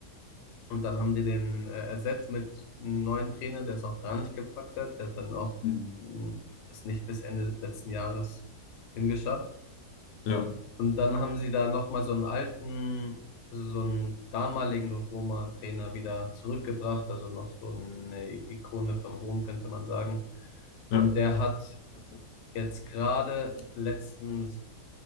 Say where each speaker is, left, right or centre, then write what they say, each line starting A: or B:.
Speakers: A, on the left; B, on the left.
A: und dann haben die den äh, ersetzt mit einem neuen Trainer, der es auch gar nicht gepackt hat. Der hat dann auch
B: Hm.
A: mh, das nicht bis Ende letzten Jahres hingeschafft.
B: ja,
A: Und dann haben sie da nochmal so einen alten, so einen damaligen Roma-Trainer wieder zurückgebracht, also noch so eine Ikone von Rom, könnte man sagen. Und
B: ja.
A: der hat Jetzt gerade letzten,